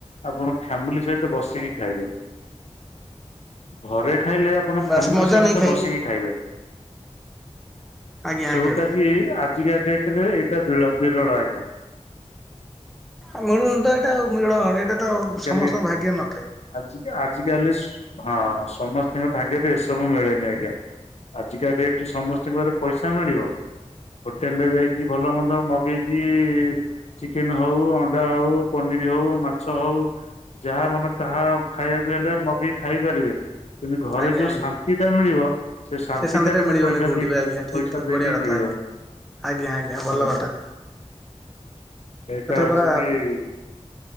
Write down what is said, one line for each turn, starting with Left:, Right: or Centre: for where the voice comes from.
Left: ଆପଣ ଫ୍ୟାମିଲି ସହିତ ବସିକି ଖାଇବେ। ଘରେ ଖାଇଲେ ଆପଣ
Centre: ବାସ୍
Left: ଫ୍ୟାମିଲି
Centre: ମଜା
Left: ସହିତ
Centre: ନେଇ
Left: ବସିକି ଖାଇବେ,
Centre: ଆଜ୍ଞା
Left: ଯଉଟା
Centre: ଆଜ୍ଞା।
Left: କି ଆଜିକା ଡ଼େଟ୍ ରେ ଏଇଟା ବି ବିରଳ ଆଜ୍ଞା।
Centre: ଆଉ ମିଳୁନି ତ ଏଇଟା ଆଉ ଏଇଟା ତ
Left: ଆଜିକାଲି
Centre: ସମସ୍ତଙ୍କ ଭାଗ୍ୟ ନଥାଏ।
Left: ଆଜି ଆଜିକାଲି ହଁ, ସମସ୍ତଙ୍କ ଭାଗ୍ୟରେ ଏସବୁ ମିଳେନି ଆଜ୍ଞା। ଆଜିକା ଡ଼େଟ୍ ରେ ସମସ୍ତି---ଘରେ ପଇସା ମିଳିବ। ହୋଟେଲ୍ ରେ ଯାଇକି ଭଲ ମନ୍ଦ ମଗେଇକି ଚିକେନ୍‌ ହଉ ଅଣ୍ଡା ହଉ ପନିର୍ ହଉ ମା ହଉ ଯାହା ମନ ତାହା ଖାଇବା ହେଲେ, ମଗେଇ କି ଖାଇ ପାରିବେ। କିନ୍ତୁ ଘରେ
Centre: ଆଜ୍ଞା
Left: ଯଉ
Centre: ଆଜ୍ଞା।
Left: ଶାନ୍ତି ଟା ମିଳିବ, ସେ ଶାନ୍ତି
Centre: ଶାନ୍ତିଟା
Left: ଟା କିନ୍ତୁ
Centre: ମିଳିବନି
Left: ପଇସା
Centre: କୋଉଠି
Left: ଦେଇକି
Centre: ବି ଆଜ୍ଞା ଠିକ
Left: ପଇସା
Centre: ଠିକ
Left: ଦେଇକି
Centre: ବଢିଆ କଥା
Left: ମିଳିବନି।
Centre: ଆଜ୍ଞା। ଆଜ୍ଞା ଆଜ୍ଞା, ଭଲ
Left: ହେଲା
Centre: କ
Left: <inaudible>
Centre: ପରା